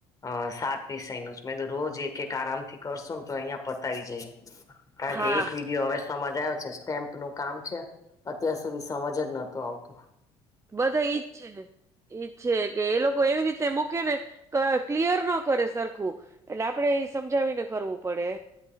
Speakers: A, on the left (about 25°); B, on the right (about 20°).
A: અ સાત વિષય નુ જ મે રોજ એક એક આરામ થી કરશું ને તો અહિયાયા પતાવી જઈએ. કારણ
B: હા
A: કે એક વિડીયો હવે સમજ આવ્યો છે સ્ટેમ્પનું કામ છે અત્યારે- - તે સમજ જ નોતુ આવતુ.
B: બધા ઈજ છે ને ઈજ છે કે એ લોકો એવી રીતે મૂકે ને- - ક ક્લિયર ન કરે સરખું એટલે આપડે એ સમજાવીને કરવું પડે.